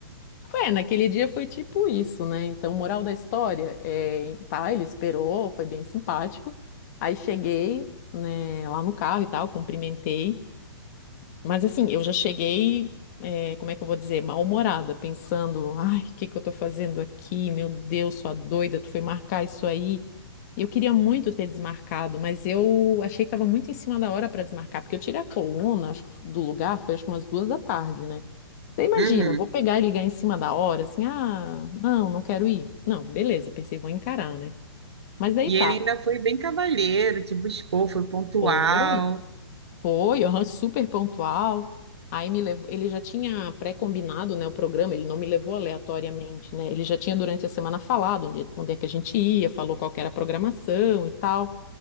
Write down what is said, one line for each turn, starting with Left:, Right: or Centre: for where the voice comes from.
Left: É, naquele dia foi tipo isso, né? Então, moral da história, é, tá, ele esperou, foi bem simpático. Aí cheguei, né, lá no carro e tal, cumprimentei. Mas assim, eu já cheguei, é, como é que eu vou dizer, mal-humorada, pensando, ai, o que que eu tô fazendo aqui? Meu Deus, sua doida, tu foi marcar isso aí. Eu queria muito ter desmarcado, mas eu achei que tava muito em cima da hora para desmarcar, porque eu tirei a coluna, acho que do lugar, foi acho que umas duas da tarde, né? Você imagina,
Right: Uhum.
Left: vou pegar e ligar em cima da hora, assim, ah, não, não quero ir. Não, beleza, pensei, vou encarar, né? Mas daí
Right: E
Left: tá,
Right: ele ainda foi bem cavalheiro, te buscou, foi pontual.
Left: foi, foi, aham, super pontual. Aí me levou, ele já tinha pré-combinado, né, o programa, ele não me levou aleatoriamente, né? Ele já tinha durante a semana falado onde, onde é que a gente ia, falou qual que era a programação e tal.